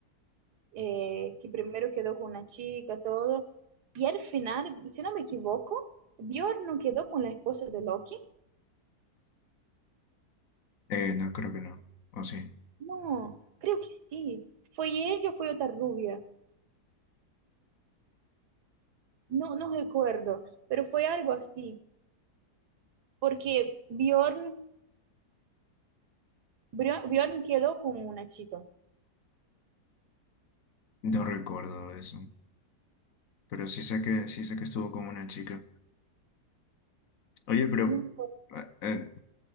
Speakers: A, on the right (about 80°); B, on the left (about 60°).
A: eh, que primero quedó con una chica, todo. Y al final, si no me equivoco, Bjorn no quedó con la esposa de Loki.
B: Eh, no, creo que no. O sí,
A: No, creo que sí. ¿Fue ella o fue otra rubia? No, no recuerdo, pero fue algo así, porque Bjorn, Bjorn Bjorn quedó con una chica.
B: no recuerdo eso. Pero sí sé que, sí sé que estuvo con una chica. Oye, pero
A: No recuerdo.
B: eh, eh,